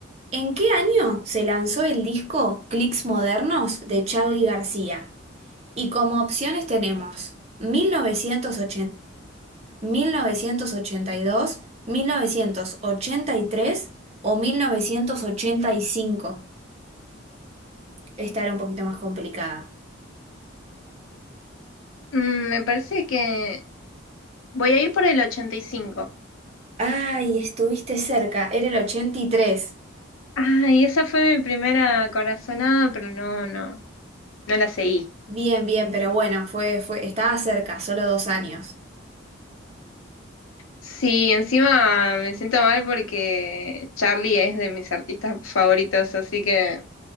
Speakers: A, on the right; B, on the left.
A: ¿en qué año se lanzó el disco Clics Modernos de Charly García? Y como opciones tenemos mil mil mil novecientos novecientos novecientos ochenta ochenta y y uno, dos, mil novecientos ochenta y tres o 1985. Esta era un poquito más complicada.
B: Mm, me parece que voy a ir por el 85.
A: Ay, estuviste cerca, era el ochenta y tres.
B: Ay, esa fue mi primera corazonada, pero no, no, no la seguí.
A: Bien, bien, pero bueno, fue, fue, estaba cerca, solo dos años.
B: Sí, encima me siento mal porque Charlie es de mis artistas favoritos, así que